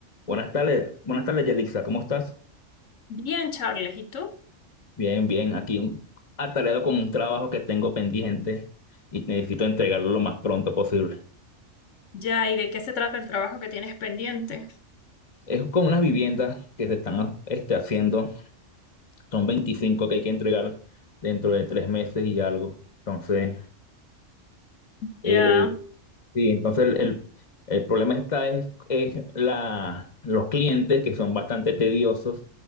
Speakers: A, on the left; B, on the left.
A: Buenas tardes, buenas tardes, Yelixa, ¿cómo estás?
B: Bien, Charles, ¿y tú?
A: Bien, bien, aquí un- atareado con un trabajo que tengo pendiente y necesito entregarlo lo más pronto posible.
B: Ya, ¿y de qué se trata el trabajo que tienes pendiente?
A: Es con unas viviendas que se están este, haciendo, son 25 que hay que entregar dentro de tres meses y algo. Entonces, el,
B: Ya,
A: sí, entonces el, el- el problema está es, es la, los clientes que son bastante tediosos